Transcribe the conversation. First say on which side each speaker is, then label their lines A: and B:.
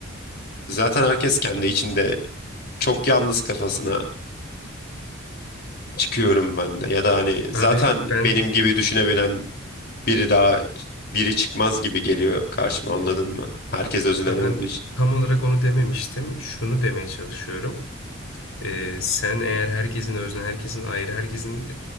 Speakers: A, on the left; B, on the left.
A: zaten herkes kendi içinde çok yalnız kafasına çıkıyorum ben de ya da hani zaten
B: Abi ben
A: benim gibi düşünebilen biri daha biri çıkmaz gibi geliyor karşıma anladın mı? Herkes özünden
B: ya
A: olduğu
B: ben
A: için.
B: tam olarak onu dememiştim. Şunu demeye çalışıyorum. Ee, sen eğer herkesin özne, herkesin ayrı, herkesin